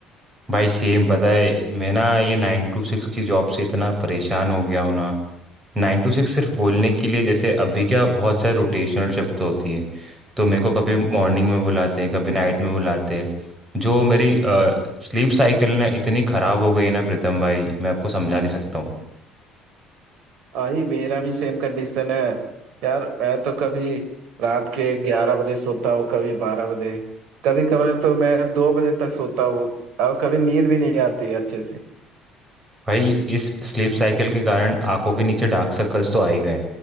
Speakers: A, on the right (about 15°); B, on the right (about 65°).
A: भाई सेम पता है मैं ना ये नाइन टू सिक्स की जॉब से इतना परेशान हो गया हूँ ना नाइन टू सिक्स सिर्फ बोलने के लिए जैसे अभी क्या बहुत सारे रोटेशनल शिफ्ट होती है तो मेरे को कभी मॉर्निंग में बुलाते हैं कभी नाइट में बुलाते हैं जो मेरी स्लीप साइकिल ना इतनी खराब हो गई है ना प्रीतम भाई मैं आपको समझा नहीं सकता
B: आई मेरा भी सेम कंडीशन है यार मैं तो कभी रात के ग्यारह बजे सोता हूँ कभी बारह बजे कभी कभार तो मैं दो बजे तक सोता हूँ और कभी नींद भी नहीं आती अच्छे
A: भाई इस स्लीप साइकिल के कारण आंखों के नीचे डार्क सर्कल्स तो आ ही गए